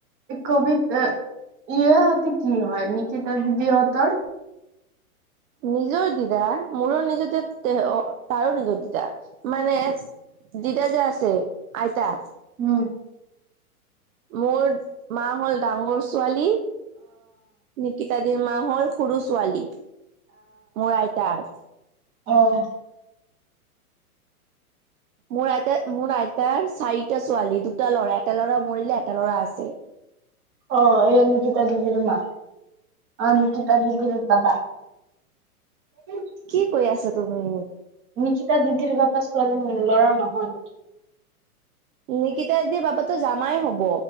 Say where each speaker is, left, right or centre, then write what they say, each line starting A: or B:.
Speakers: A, on the right (about 30°); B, on the right (about 65°).
A: কবিতা ইয়ে য়াতে কি হয়, নিকিতা দিদি হেতৰ।
B: নিজৰ দিবা, মোৰো নিজতেতে অ তাৰো নিজৰ দিবা মানে দিতা যে আছে আইতা
A: উম।
B: মোৰ মা হল ডাঙৰ ছোৱালী নিকিতাদি মা হ'ল সৰু ছোৱালী মোৰ আইতাৰ।
A: অহ।
B: মোৰ আইতা মোৰ আইতাৰ চাৰিটা ছোৱালী দুটা ল'ৰা এটা ল'ৰা মৰিলে এটা ল'ৰা আছে।
A: অ এ নিতিত দদিৰ মা, অ নিতি ত দদিৰ বাবা। <unintelligible>
B: কি কৰি আছা তুমি?
A: নিকিতা দিদিৰ বাপা ছোৱালী ল'ৰা নহয়
B: নিকিতা দি বাবা টো জামাই হব।